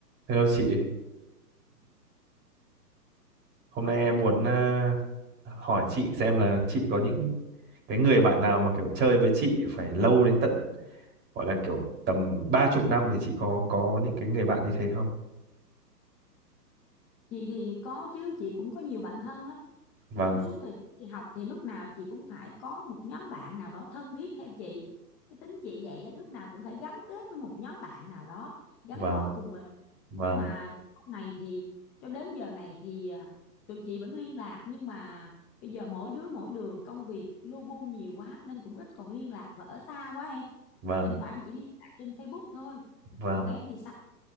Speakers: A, on the right; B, in the centre.
A: Hello chị, hôm nay em muốn à, hỏi chị xem là chị có những cái người bạn nào mà kiểu chơi với chị phải lâu đến tận gọi là kiểu tầm ba chục năm thì chị có có những cái người bạn như thế không?
B: Chị thì có chứ, chị cũng có nhiều bạn thân lắm.
A: Vâng,
B: Trong suốt thời gian đi học thì lúc nào chị cũng phải có một nhóm bạn nào đó thân thiết theo chị. Cái tính chị vậy đó, lúc nào cũng phải gắn kết với một nhóm bạn nào đó, gắn
A: vâng,
B: bó cùng mình.
A: vâng,
B: nhưng mà sau này thì cho đến giờ này thì à, tụi chị vẫn liên lạc nhưng mà bây giờ mỗi đứa mỗi đường công việc lu bu nhiều quá nên cũng ít còn liên lạc và ở xa quá em
A: vâng,
B: thỉnh thoảng chỉ liên lạc trên Facebook thôi
A: vâng.
B: còn em thì sao